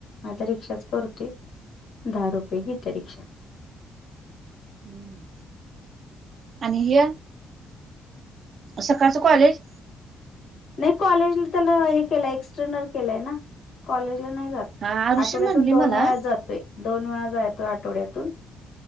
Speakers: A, on the left; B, on the right.
A: आता रिक्षाच करतोय, दहा रुपये घेते रिक्षा.
B: हम्, आणि हे सकाळचं कॉलेज.
A: नाही कॉलेज त्याला हे केलंय, एक्स्टर्नल केलाय ना, कॉलेजला नाही जात.
B: हा आरुषी
A: आठवड्यातून
B: म्हणली
A: दोन
B: मला
A: वेळाच जातोय. दोन वेळा जायेतोय आठवड्यातून,